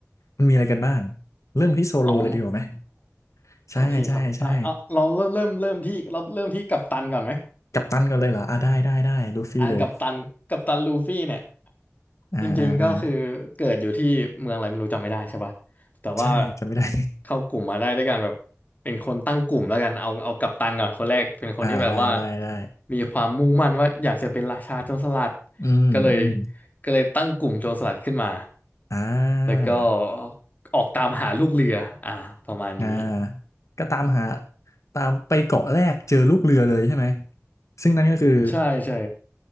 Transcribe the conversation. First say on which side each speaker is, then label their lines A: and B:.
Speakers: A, on the left; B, on the left.
A: มันมีอะไรกันบ้างเริ่มที่โซโลเลยดีกว่าไหม
B: อ๋อ
A: ใช่ใช่ใช่
B: โอเคครับได้เอาเราเริ่มเริ่มเริ่มที่เราเริ่มที่กัปตันก่อนไหม
A: กัปตันก่อนเลยเหรออ่าได้ได้ได้ลูฟี่เลย
B: อ่ากัปตันกัปตันลูฟี่เนี่ย
A: อ่าอ่าอ่า
B: จริงๆก็คือเกิดอยู่ที่เมืองอะไรไม่รู้จำไม่ได้ใช่ปะแต่ว่า
A: ใช่จำไม่ได้
B: เข้ากลุ่มมาได้ด้วยกันแบบเป็นคนตั้งกลุ่มแล้วกันเอาเอากัปตันก่อนคนแรกเป็นคนที่แบบว่า
A: <laughs> อ่าได้ได้ได้
B: มีความมุ่งมั่นว่าอยากจะเป็นราชาโจรสลัด
A: อืมอืม
B: ก็เลยก็เลยตั้งกลุ่มโจรสลัดขึ้นมา
A: อ่
B: แล้วก็
A: า
B: ออกตามหาลูกเรืออ่าประมาณนี้
A: อ่าก็ตามหาตามไปเกาะแรกเจอลูกเรือเลยใช่ไหมซึ่งนั่นก็คือ
B: ใช่ใช่